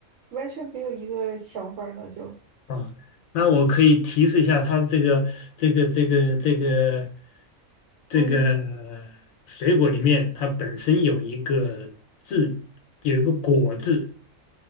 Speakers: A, on the right; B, on the left.
A: 完全没有一个想法儿了，就
B: 啊，那我可以提示一下它这个这个这个这个。
A: 嗯，
B: 这个水果里面它本身有一个字，有一个果字，